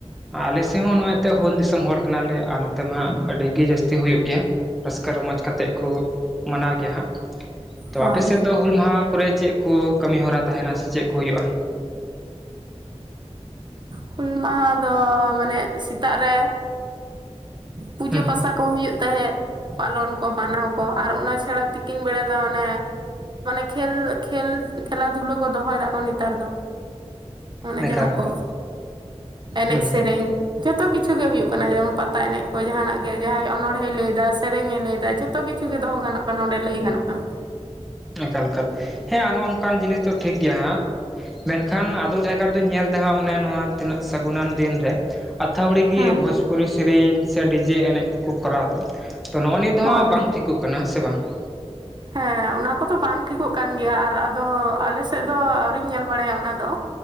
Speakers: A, in the centre; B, on the right.
A: ᱟᱞᱮ ᱥᱮᱫ ᱦᱚᱸ ᱱᱚᱜᱼᱚᱭ ᱛᱚ ᱦᱩᱞ ᱫᱤᱥᱚᱢ ᱦᱚᱲ ᱠᱟᱱᱟᱞᱮ ᱟᱨ ᱱᱚᱛᱮ ᱢᱟᱜ ᱟᱹᱰᱤ ᱜᱮ ᱡᱟᱹᱥᱛᱤ ᱦᱩᱭᱩᱜ ᱜᱮᱭᱟ ᱾ ᱨᱟᱹᱥᱠᱟᱹ ᱨᱚᱢᱚᱡᱽ ᱠᱟᱛᱮᱜ ᱠᱚ ᱢᱟᱱᱟᱣ ᱜᱮᱭᱟ ᱦᱟᱸᱜ ᱛᱚ
B: ᱦᱳᱭ
A: ᱟᱯᱮ ᱥᱮᱫ ᱫᱚ ᱾ ᱦᱩᱞ ᱢᱟᱦᱟ ᱠᱚᱨᱮ ᱪᱮᱫ ᱠᱚ ᱠᱟᱹᱢᱤ ᱦᱚᱨᱟ ᱛᱟᱦᱮᱱᱟ ᱥᱮ ᱪᱮᱫ ᱠᱚ ᱦᱩᱭᱩᱜᱼᱟ ᱾
B: ᱦᱩᱞ ᱢᱟᱦᱟ ᱫᱚ ᱢᱟᱱᱮ ᱥᱮᱛᱟᱜ ᱨᱮ ᱯᱩᱡᱟᱹ
A: ᱦᱩᱸ
B: ᱯᱟᱥᱟ ᱠᱚ ᱦᱩᱭᱩᱜ ᱛᱟᱦᱮᱸᱜ ᱯᱟᱞᱚᱱ ᱠᱚ ᱢᱟᱱᱟᱣ ᱠᱚ ᱟᱨ ᱚᱱᱟ ᱪᱷᱟᱲᱟ ᱛᱤᱠᱤᱱ ᱵᱮᱲᱟ ᱫᱚ ᱚᱱᱮ ᱢᱟᱱᱮ ᱠᱷᱮᱞ ᱠᱷᱮᱞ ᱠᱷᱮᱞᱟ ᱫᱷᱩᱞᱟᱹ ᱠᱚ ᱫᱚᱦᱚᱭ ᱫᱟᱠᱚ ᱱᱮᱛᱟᱨ ᱫᱚ
A: <inaudible>
B: ᱚᱱᱮ
A: ᱮᱠᱟᱞ
B: ᱡᱟᱦᱟᱸ
A: ᱮᱠᱟᱞ
B: ᱠᱚ ᱮᱱᱮᱡ
A: ᱦᱩᱸ ᱦᱩᱸ
B: ᱥᱮᱨᱮᱧ ᱡᱚᱛᱚ ᱠᱤᱪᱷᱩ ᱜᱮ ᱦᱩᱭᱩᱜ ᱠᱟᱱᱟ ᱡᱮᱢᱚᱱ ᱯᱟ ᱯᱟᱛᱟ ᱮᱱᱮᱡ ᱠᱚ ᱡᱟᱦᱟᱱᱟᱜ ᱜᱮ ᱡᱟᱦᱟᱸᱭ ᱚᱱᱚᱬᱦᱮ ᱞᱟᱹᱭᱫᱟ ᱥᱮᱨᱮᱧ ᱮ ᱞᱟᱹᱭᱫᱟ ᱡᱚᱛᱚ ᱠᱤᱪᱷᱩ ᱜᱮ ᱫᱚᱦᱚ ᱜᱟᱱᱚᱜ ᱠᱟᱱᱟ ᱚᱸᱰᱮ ᱞᱟᱹᱭ ᱜᱟᱱᱚᱜ ᱠᱟᱱᱟ
A: ᱮᱠᱟᱞ ᱮᱠᱟᱞ ᱦᱮᱸ ᱱᱚᱜᱼᱚ ᱱᱚᱝᱠᱟᱱ ᱡᱤᱱᱤᱥ ᱫᱚ ᱴᱷᱤᱠ ᱜᱮᱭᱟ ᱦᱟᱸᱜ ᱢᱮᱱᱠᱷᱟᱱ ᱟᱫᱚᱢ ᱡᱟᱭᱜᱟ ᱨᱮᱫᱚᱧ ᱧᱮᱞᱫᱟ ᱦᱟᱸᱜᱮ ᱱᱚᱣᱟ ᱛᱤᱱᱟᱹᱜ ᱥᱟᱹᱜᱩᱱᱟᱱ ᱫᱤᱱ ᱨᱮ ᱟᱱᱷᱟᱵᱲᱤ ᱜᱮ
B: ᱦᱮᱸ
A: ᱵᱷᱳᱡᱽᱯᱩᱨᱤ ᱥᱮᱨᱮᱧ ᱥᱮ ᱰᱤᱡᱮ ᱮᱱᱮᱡ ᱠᱚᱠᱚ ᱠᱚᱨᱟᱣᱫᱟ ᱛᱚ ᱱᱚᱜᱚ ᱱᱤᱭᱟᱹ ᱫᱚ
B: ᱦᱳᱭ
A: ᱦᱟᱸᱜ ᱵᱟᱝ
B: ᱦᱳᱭ
A: ᱴᱷᱤᱠ ᱴᱤᱠᱩᱜ ᱠᱟᱱᱟ ᱥᱮ ᱵᱟᱝ ᱾
B: ᱦᱮᱸ ᱚᱱᱟ ᱠᱚᱫᱚ ᱵᱟᱝ ᱴᱷᱤᱠᱚᱜ ᱠᱟᱱ ᱜᱮᱭᱟ ᱟᱨ ᱟᱫᱚ ᱟᱞᱮ ᱥᱮᱫ ᱫᱚ ᱟᱹᱣᱨᱤᱧ ᱧᱮᱞ ᱵᱟᱲᱟᱭᱟ ᱚᱱᱟ ᱫᱚ